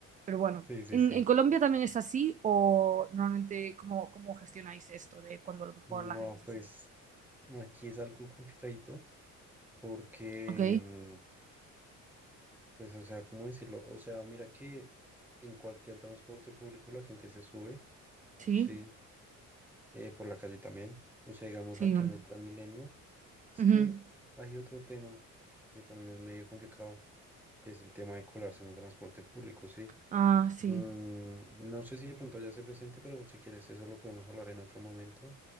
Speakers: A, on the right; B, in the centre.
A: Pero bueno,
B: sí, sí,
A: ¿en,
B: sí.
A: en Colombia también es así o normalmente cómo, cómo gestionáis esto de cuando a lo mejor
B: Wow,
A: la gente se
B: pues
A: sube?
B: aquí es algo complicadito porque,
A: Ok,
B: mm, pues o sea, ¿cómo decirlo? O sea, mira que en cualquier transporte público la gente se sube,
A: sí,
B: sí, eh, por la calle también, o sea, digamos
A: sí.
B: aquí
A: mm,
B: en el Transmilenio. Es
A: ujú.
B: que hay otro tema que también es medio complicado, que es el tema de colarse en el transporte público, ¿sí?
A: Ah, sí.
B: Mm, no sé si de pronto ya se presente, pero si quieres eso lo podemos hablar en otro momento.